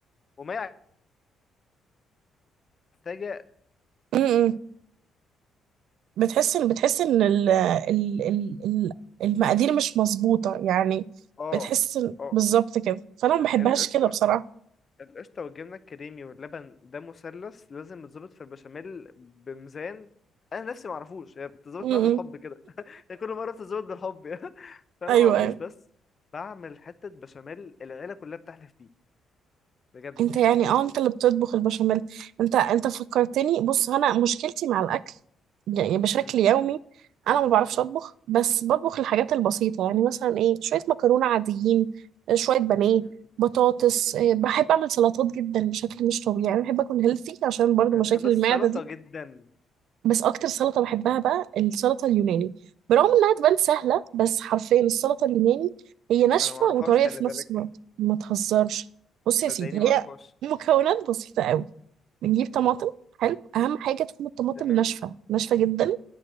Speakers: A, on the left; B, on the right.
A: وما محتاجه
B: م-م. بتحس ان بتحس ان ال ال ال ال- المقادير مش مظبوطه يعني
A: اه
B: بتحس إن-
A: اه
B: بالظبط كده فانا ما
A: ال-
B: بحبهاش
A: القشطه
B: كده بصراحه
A: القشطة والجبنة الكريمي واللبن ده مثلث لازم يتظبط في البشاميل بميزان أنا نفسي معرفوش هي بتظبط
B: م-م.
A: معايا بالحب كده هي كل مرة بتظبط بالحب <laughs> يعني فأنا
B: <laughs> ايوه
A: معرفوش
B: ايوه
A: بس بعمل حتة بشاميل العيلة كلها بتحلف بيه بجد
B: انت يعني
A: يعني
B: اه انت اللي بتطبخ البشاميل انت انت فكرتني بص انا مشكلتي مع الاكل يعني بشكل
A: م-
B: يومي انا ما بعرفش
A: م-
B: اطبخ بس بطبخ الحاجات البسيطه يعني مثلا ايه شويه مكرونه عاديين آه، شويه بانيه
A: م- م- م-
B: بطاطس
A: م.
B: آه، بحب اعمل سلطات جدا بشكل مش طبيعي يعني بحب اكون هيلثي عشان برضو
A: أنا
B: مشاكل
A: بحب السلطة
B: المعده دي
A: جدا
B: بس اكتر سلطه بحبها بقى السلطه اليوناني برغم انها تبان سهله بس حرفيا السلطه اليوناني هي ناشفه
A: أنا معرفهاش
B: وطريه
A: خلي
B: في
A: بالك
B: نفس الوقت ما تهزرش بص يا
A: صدقيني
B: سيدي
A: معرفهاش
B: هي مكونات بسيطه قوي بنجيب طماطم
A: م.
B: حلو اهم حاجه تكون الطماطم
A: تمام
B: ناشفه ناشفه جدا